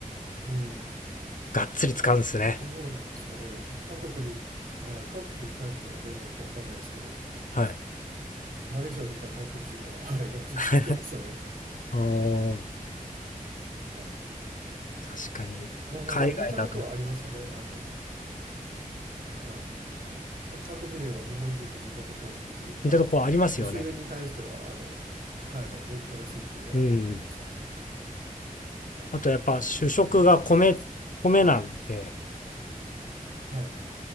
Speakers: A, on the right (about 70°); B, on the left (about 65°).
A: うん。
B: がっつり使うんですね。
A: どうなんですかね。韓国に、はい。韓国に帰ったらどうなのかわかんないですけど、
B: はい。
A: マレーシアにいた韓国人は、<laughs> はい。がっつり使ってましたね。
B: <laughs> おお、
A: うん。はい。
B: 確かに、
A: まあまあ、
B: 海外だと、
A: でも似たとこはありましたね。
B: ん
A: あの、はい。韓国人は日本人と似たとこっていうか、
B: 似たところありますよね。
A: 年上に対しては、あの、はい。礼儀正しいっていうのはありました。
B: うん。
A: はい。
B: あとやっぱ主食が米、
A: そうですね。
B: 米なんで、
A: はい。